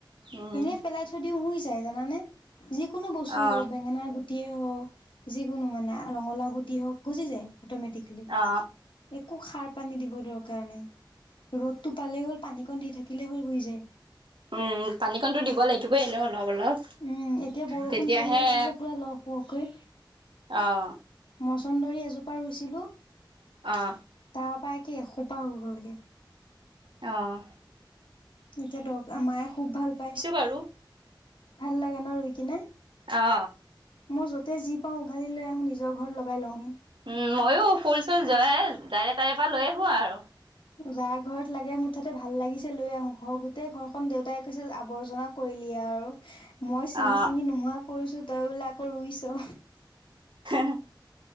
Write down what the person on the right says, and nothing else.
উম
অ
অ
উম পানীকণতো দিব লাগিবইে ন। অলপ অলপ,
তেতিয়াহে।
অহ।
অহ
অহ।
বাৰু
অ
উম মইো ফুল চুল য জাৰে তাৰে পৰা লৈ আহো আৰু।
অ
হ।